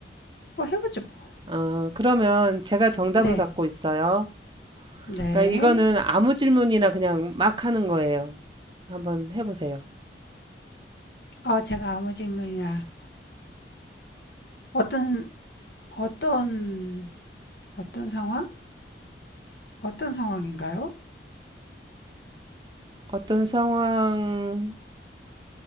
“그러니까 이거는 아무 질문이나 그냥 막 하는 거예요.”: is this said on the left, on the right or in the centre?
Right